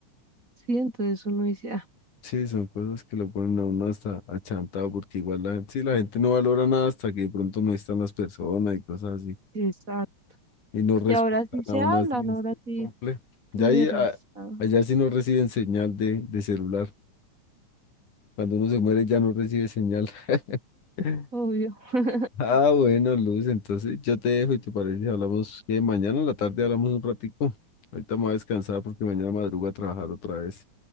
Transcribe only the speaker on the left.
Sí, son cosas que lo ponen a uno hasta achantado, porque igual la, sí, la gente no valora nada hasta que de pronto no están las personas y cosas así.
Y no respetan
a uno
así, es
que es
complejo. Ya
ahí, a-
allá sí no reciben señal de, de celular. Cuando uno se muere ya no recibe señal. <laughs>
Ah, bueno, Luz, entonces yo te dejo y te parece, hablamos que mañana en la tarde hablamos un ratico. Ahorita me voy a descansar porque mañana madrugo a trabajar otra vez,